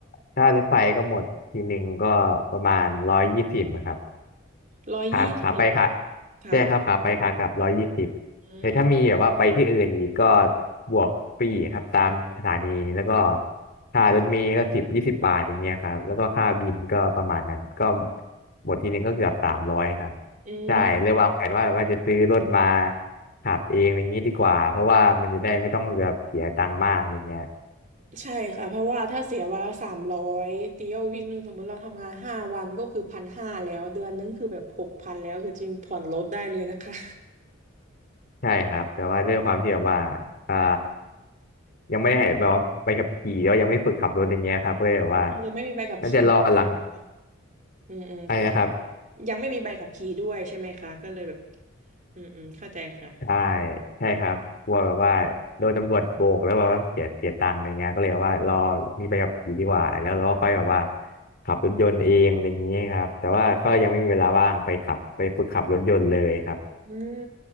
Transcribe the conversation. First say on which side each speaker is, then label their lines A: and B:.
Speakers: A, on the left; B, on the right.
A: ถ้ารถไฟก็หมดทีหนึ่งก็ประมาณร้อยยี่สิบนะครับ
B: ร้อยยี่สิบ
A: ขาขาไปขา
B: ค่ะ
A: ใช่ครับขาไปขากลับร้อยยี่สิบ
B: อืม
A: แต่ถ้ามีแบบว่าไปที่อื่นอีกก็บวกฟรีครับตามสถานีแล้วก็ค่ารถเมล์ก็สิบยี่สิบบาทอย่างเงี้ยครับแล้วก็ค่าบินก็ประมาณนั้นก็หมดทีนึงก็เกือบสามร้อยครับ
B: อื
A: ใช่เลยวางแผนว่าว่าจะซื้อรถมา
B: ม
A: ขับเองอะไรอย่างงี้ดีกว่าเพราะว่ามันจะได้ไม่ต้องแบบเสียตังค์มากอะไรเงี้ย
B: ใช่ค่ะเพราะว่าถ้าเสียวันละสามร้อยตีเอาวิ่งหนึ่งสมมุติเราทำงานห้าวันก็คือพันห้าแล้วเดือนนึงคือแบบหกพันแล้วคือจริงผ่อนรถได้เลยนะคะ
A: ใช่ครับแต่ว่าด้วยความที่แบบว่าอ่ายังไม่ได้แบบว่าใบขับขี่แล้วยังไม่ฝึกขับรถอย่างเงี้ยครับก็เลยแบบว่า
B: <laughs> ยังไม่มีใบขับขี่
A: น่าจะรอหลัง
B: นะอืมอืมค่ะ
A: อะไรนะครับ
B: ยังไม่มีใบขับขี่ด้วยใช่ไหมคะก็เลยแบบอืมอืมเข้าใจค่ะ
A: ใช่ใช่ครับกลัวแบบว่าโดนตำรวจโบกแล้วแบบว่าเสียเสียตังค์อะไรเงี้ยก็เลยว่ารอมีใบขับขี่ดีกว่าแล้วเราก็ค่อยแบบว่าขับรถยนต์เองอะไรเงี้ยครับแต่ว่าก็ยังไม่มีเวลาว่างไปขับไปฝึกขับรถยนต์เลยครับ
B: อืม